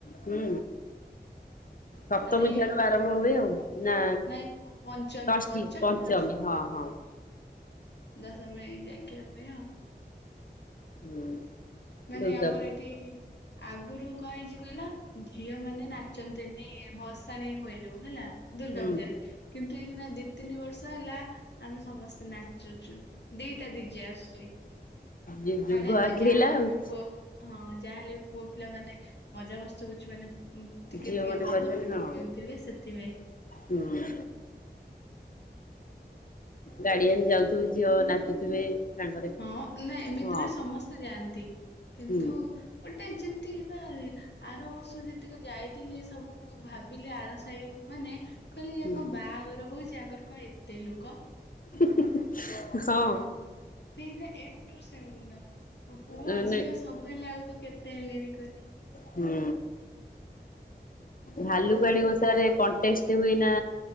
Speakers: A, on the left; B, on the left.
A: ହୁଁ ସପ୍ତମୀ
B: ମାନେ
A: ଠାରୁ ଆରମ୍ଭ ହୁଏ ଆଉ। ନା
B: ନାଇଁ ପଞ୍ଚମୀ
A: ଷଷ୍ଠୀ
B: ପଞ୍ଚମୀ ହ
A: ହଁ ହଁ
B: ଦଶମୟୀ ଯାଙ୍କେ ହୁଏ ଆଉ।
A: ହୁଁ।
B: ମାନେ
A: ଦୁର୍ଗା
B: ଆମର
A: ପୂ
B: ଏଇଠି ଆଗରୁ କଣ ହେଇଛି କହିଲା ଝିଅ ମାନେ ନାଚନ୍ତିନି। ଭର୍ଷାଣି ହୁଏ ଯାଉ ହେଲା ଦୁର୍ଗା
A: ହୁଁ
B: ପୂଜାରେ କିନ୍ତୁ ଏଇନା ଦେଖ୍ ତିନି ବର୍ଷ ହେଲା ଆମେ ସମସ୍ତେ ନାଚୁଛୁ ଦିଟା ଦିଜେ ଆସୁଛି।
A: ଯୁ ଯୁଗୁ
B: କାଳେ
A: ଆଗେଇଲା
B: ଯାହାହେଲେ
A: ଆଉ
B: ବି ପୁଅ ହଁ ଯାହାହେଲେ ପୁଅ ପିଲା ମାନେ ମଜା ମସ୍ତ ହଉଛି ମାନେ ଟିକେ
A: ଝିଅ
B: ଟିକେ
A: ମାନେ
B: ମଦ
A: କରିବେ
B: ଫଦ
A: ହଁ
B: ପିଉଥିବେ ସେଥିପାଇଁ
A: ହୁଁ ଗାଡିଆନ ଯାଉଥିବେ ଝିଅ ନାଚୁଥିବେ ସାଙ୍ଗରେ
B: ହଁ ନା ଏମିତିରେ
A: ହଁ
B: ସମସ୍ତେ ଯାଆନ୍ତି କିନ୍ତୁ?
A: ହୁଁ
B: ଗୋଟେ ଯେମିତି ବା ଆର ବର୍ଷ ଯେତିକ ଯାଇଥିଲେ। ସବୁ ଭାବିଲେ ଆରସାଇ ମାନେ କହିଲେ ଇଏ
A: ହୁଁ
B: ତ ବାହାଘର ହଉଛି ଆଙ୍କର କଣ ଏତେ ଲୋକ
A: ହୁଁ ହୁଁ ହଁ।
B: କ ଏ ମୁଣ୍ଡୁରୁ ସେ ସେ ମୁଣ୍ଡ ମୋ ପୁଅ
A: ମାନେ
B: ଝିଅ ସବୁ ହେଲା ବେଳକୁ କେତେ ହେଲେଣି କହିଲେ
A: ହୁଁ। ଭାଲୁକାଣି
B: ମୁଁ କହିଲି
A: ଓଷାରେ କଣ୍ଟେସ ହୁଏନା?